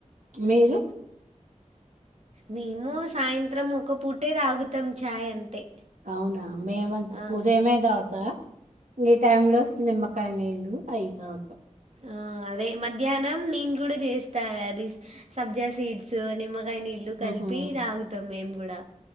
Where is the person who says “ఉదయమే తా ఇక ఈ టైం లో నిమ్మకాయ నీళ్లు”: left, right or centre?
Right